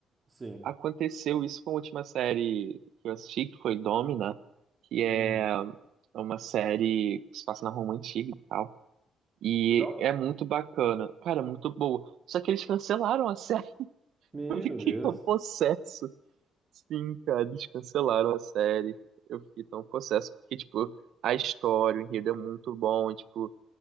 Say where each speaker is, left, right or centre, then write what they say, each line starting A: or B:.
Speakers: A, on the right; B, on the right.
A: sim.
B: Aconteceu isso com a última série que eu assisti, que foi Domina, que
A: Uhum.
B: é é uma série que se passa na Roma Antiga e tal. E
A: Legal?
B: é muito bacana. Cara, é muito boa. Só que eles cancelaram a série. <laughs>
A: Meu
B: Eu fiquei
A: Deus.
B: tão possesso. Sim, cara, eles cancelaram a série. Eu fiquei tão possesso. Porque, tipo, a história, o enredo é muito bom. e, Tipo,